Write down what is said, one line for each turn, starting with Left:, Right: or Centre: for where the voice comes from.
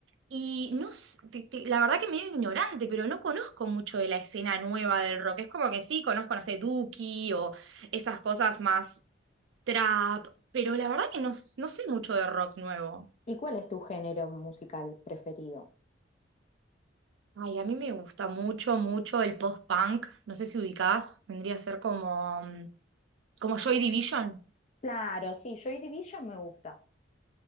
Right: y no, s- te- te- la verdad que medio ignorante, pero no conozco mucho de la escena nueva del rock, es como que sí, conozco, no sé, Duki o esas cosas más trap, pero la verdad que no, s- no sé mucho de rock nuevo.
Left: ¿Y cuál es tu género musical preferido?
Right: Ay, a mí me gusta mucho, mucho el post-punk. No sé si ubicás, vendría a ser como, mm, como Joy Division.
Left: Claro, sí, Joy Division me gusta.